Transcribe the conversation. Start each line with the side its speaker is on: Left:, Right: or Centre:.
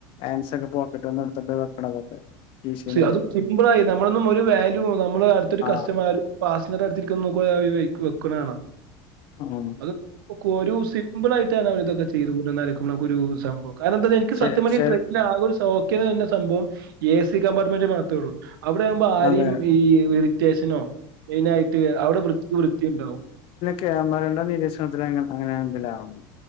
Left: ഹാൻസ് ഒക്കെ പോക്കറ്റ് ഒന്ന എടുത്തിട്ട് വെക്കണതൊക്കെ കീശേന്ന് എടുത്തിട്ട്
Right: അതും സിമ്പിൾ ആയി നമ്മളൊന്നും ഒരു വാല്യൂ നമ്മള് അടുത്തരു
Left: ആഹ്
Right: കസ്റ്റമർ പാസഞ്ചർ അടുരിക്ക നോ ആവൈ കൊ വെക്ക്ണാണ
Left: ഉം
Right: അതൊക്കെ രുസിമ്പിൾയിട്ടാണ് അവര്‌തൊക്കെ ചെയ്ത് കൂട്ട്ണ നമുക്കൊരുസംഭവം കാരണം എന്താഎനിക്ക്
Left: ശരി
Right: സത്യം പറഞ്ഞ
Left: ശരി
Right: ട്രെക്കില്ത്ത കൊരു സോക്കയ് ദൊരു സംഭവം എ സി സ കമ്പാർ്മെന്റ് മാത്രേള്ളൂ അവിടെ ആകുമ്പോ ആരും
Left: അതെ
Right: ഈ ഇറിറ്റേഷനോ മെയിന്ആയിട്ട് അവിടെ വൃത്തി വൃത്തിയ ഉണ്ടാവും
Left: കേമറേണ്ട നിരീക്ഷണത്തി അങ്ങനെ എന്തെ ലാവണം